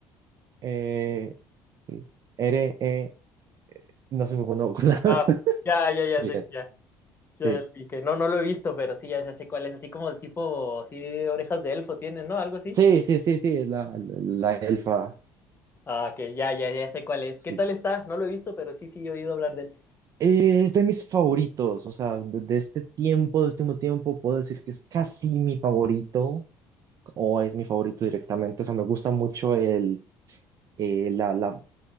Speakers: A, on the right; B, on the left.
A: eh, sí, R-E, no soy muy bueno con la... <laughs>
B: Ah, ya, ya, ya
A: Frieren,
B: sé, ya. Ya
A: sí.
B: lo vi que no, no lo he visto, pero sí, ya, ya sé cuál es. Así como el tipo, así orejas de elfo tiene, ¿no? Algo así.
A: Sí, sí, sí, sí, es la, la elfa,
B: Ah, que ya, ya, ya sé cuál es.
A: sí.
B: ¿Qué tal está? No lo he visto, pero sí, sí, he oído hablar de él.
A: Eh, es de mis favoritos, o sea, de, de este tiempo, de este último tiempo, puedo decir que es casi mi favorito. o es mi favorito directamente. O sea, me gusta mucho el, eh, la, la-